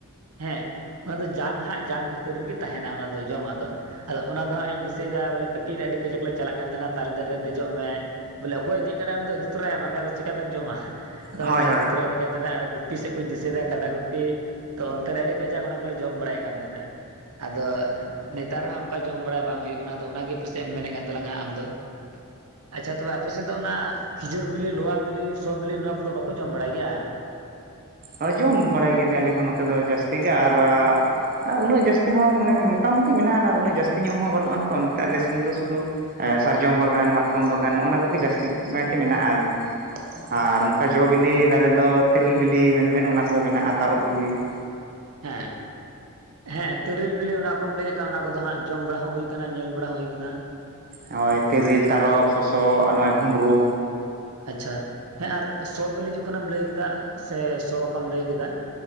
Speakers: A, on the right (about 80°); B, on the right (about 40°).
A: ᱦᱮᱸ, ᱚᱱᱟ ᱫᱚ ᱡᱟᱝ ᱦᱟᱸᱜ ᱡᱟᱝ ᱵᱷᱤᱛᱤᱨ ᱨᱮᱜᱮ ᱛᱟᱸᱦᱮᱱᱟ ᱚᱱᱟ ᱫᱚ ᱡᱚᱢᱟᱜ ᱫᱚ ᱾ ᱟᱫᱚ ᱚᱱᱟ ᱫᱚ ᱦᱟᱸᱜ ᱤᱧ ᱫᱤᱥᱟᱹᱭᱮᱫᱟ ᱵᱚᱞᱮ ᱠᱟᱹᱴᱤᱡ ᱨᱮ ᱟᱹᱰᱤ ᱠᱟᱡᱟᱠ ᱞᱮ ᱪᱟᱞᱟᱜ ᱠᱟᱱ ᱛᱟᱸᱦᱮᱱᱟ ᱛᱟᱞᱮ ᱫᱟᱨᱮ ᱨᱮ ᱫᱮᱡᱚᱜ ᱢᱮᱼᱼ ᱵᱚᱞᱮ ᱚᱠᱚᱭ ᱫᱮᱡ ᱫᱟᱲᱮᱜ-ᱟ ᱩᱱᱤ ᱫᱚ ᱤᱫᱤ ᱛᱚᱨᱟᱭᱮᱢ ᱟᱨᱠᱷᱟᱡ ᱫᱚ ᱪᱮᱠᱟᱛᱮᱢ ᱡᱚᱢᱟ, ᱟᱫᱚ
B: ᱦᱳᱭ
A: ᱚᱱᱟ ᱛᱮᱞᱮ ᱤᱫᱤᱼᱼ ᱤᱫᱤ ᱠᱟᱱ ᱛᱟᱦᱮᱸᱱᱟ ᱟ ᱜᱩᱯᱤ ᱥᱮᱫ ᱠᱩᱧ ᱫᱤᱥᱟᱹᱭ ᱫᱟ ᱠᱟᱰᱟ ᱜᱩᱯᱤᱼᱼ ᱛᱚ ᱚᱱᱛᱮᱨᱮ ᱟᱹᱰᱤ ᱠᱟᱡᱟᱠ ᱚᱱᱟ ᱠᱚᱞᱮ ᱡᱚᱢ ᱵᱟᱲᱟᱭᱮᱫ ᱠᱟᱱ ᱛᱟᱸᱦᱮᱱᱟ ᱾ ᱟᱫᱚ, ᱱᱮᱛᱟᱨ ᱦᱚᱸ ᱚᱝᱠᱟ ᱡᱚᱢ ᱵᱟᱲᱟ ᱵᱟᱝ ᱦᱩᱭᱩᱜ ᱠᱟᱱᱟ, ᱟᱫᱚ ᱚᱱᱟᱜᱮ ᱯᱟᱥᱮᱡ ᱮᱢ ᱢᱮᱱᱮᱫ ᱠᱟᱱ ᱛᱟᱞᱟᱝᱼᱼ ᱦᱟᱜ ᱟᱢ ᱫᱚ <inaudible> ᱟᱪᱪᱷᱟ ᱛᱚᱵᱮ ᱟᱯᱮᱥᱮᱫ ᱫᱚ ᱚᱱᱟ, ᱠᱷᱤᱡᱩᱨ ᱵᱤᱞᱤ, ᱞᱚᱣᱟ ᱵᱤᱞᱤ, ᱥᱚ ᱵᱤᱞᱤ ᱱᱚᱣᱟ ᱠᱚᱫᱚ ᱵᱟᱠᱚ ᱡᱚᱢ ᱵᱟᱲᱟᱭ ᱜᱮᱭᱟ?
B: ᱦᱚᱭ ᱡᱚᱢ ᱵᱟᱲᱟᱭ ᱜᱮᱭᱟᱞᱮ ᱟᱞᱮ ᱦᱚᱸ ᱱᱚᱛᱮ ᱫᱚ ᱡᱟᱹᱥᱛᱤ ᱜᱮ, ᱟᱨᱼᱼ ᱟᱨ ᱩᱱᱟᱹᱜ ᱡᱟᱹᱥᱛᱤ ᱦᱚᱸ ᱢᱟᱱᱮ ᱢᱚᱴᱟᱢᱩᱴᱤ ᱢᱮᱱᱟᱜᱼᱟ ᱟᱨ ᱩᱱᱟᱹᱜ ᱡᱟᱹᱥᱛᱤ ᱧᱚᱜ ᱦᱚᱸ ᱵᱟᱹᱱᱩᱜ ᱟᱱ ᱛᱚ ᱱᱚᱛᱮ ᱟᱞᱮ ᱥᱮᱱ ᱫᱚ ᱥᱩᱫᱩᱼᱼ ᱮ ᱥᱟᱨᱡᱚᱢ ᱵᱟᱜᱟᱱ, ᱢᱟᱛᱠᱚᱢ ᱵᱟᱜᱟᱱ ᱱᱚᱜᱼᱚ ᱱᱟ ᱠᱚᱜᱮ ᱡᱟᱹᱥᱛᱤ ᱠᱟᱭᱛᱮ ᱢᱮᱱᱟᱜᱼᱟ ᱾ ᱟᱨ ᱚᱱᱠᱟ ᱡᱚ ᱵᱤᱞᱤ ᱫᱟᱨᱮ ᱫᱚ ᱛᱤᱨᱤᱞ ᱵᱤᱞᱤ ᱾ ᱵᱤᱞᱤ ᱢᱮᱱᱵᱮᱱ ᱚᱱᱟ ᱠᱚ ᱢᱮᱱᱟᱜᱼᱟ ᱛᱟᱨᱚᱵ ᱵᱤᱞᱤ ᱾
A: ᱦᱮᱸ, ᱦᱮᱸ ᱾ ᱛᱤᱨᱤᱞ ᱵᱤᱞᱤ ᱚᱱᱟ ᱠᱚᱢ ᱞᱟᱹᱭᱮᱫ ᱠᱟᱱ ᱚᱱᱟ ᱠᱚᱫᱚ ᱦᱟᱸᱜ ᱡᱚᱢ ᱵᱟᱲᱟ ᱦᱚᱸ ᱦᱩᱭᱩ ᱠᱟᱱᱟ ᱧᱮᱞ ᱵᱟᱲᱟ ᱦᱩᱭ ᱠᱟᱱᱟ ᱾
B: ᱱᱚᱜᱼᱚᱭ ᱛᱤᱨᱤᱞ, ᱛᱟᱨᱚᱵ, ᱥᱚᱥᱚ ᱟ ᱱᱚᱜᱼᱚᱭ ᱵᱷᱩᱸᱰᱨᱩᱼᱼ
A: ᱟᱪᱪᱷᱟ, ᱦᱮᱸ ᱟᱨ ᱥᱚ ᱵᱤᱞᱤ ᱡᱚᱠᱷᱚᱱᱮᱢ ᱞᱟᱹᱭ ᱠᱮᱫᱟ ᱥᱮ ᱥᱚ ᱚᱠᱟᱢ ᱞᱟᱹᱭ ᱠᱮᱫᱟᱼᱼ